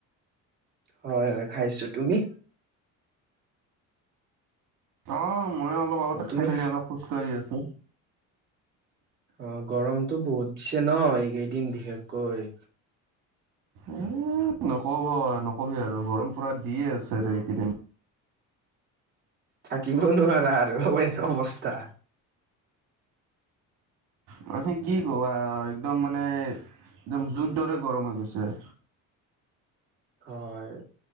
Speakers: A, on the right; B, on the right.
A: হয় হয় খাইছো তুমি?
B: অ মই অলপ আগতে
A: অ' তুমি
B: খাই পিনে অলপ খোজকাঢ়ি আছোঁ।
A: অ গৰমটো বহুত দিছে ন এইকেইদিন বিশেষকৈ
B: এ নকব -নকবি আৰু গৰম পুৰা দিয়ে আছেৰে এইকেইদিন।
A: থাকিবই নোৱাৰা আৰু অবে অৱস্থা।
B: মানে কি ক'বা আৰু একদম মানে একদম জুইৰ দৰে গৰম হৈ গৈছে।
A: হয়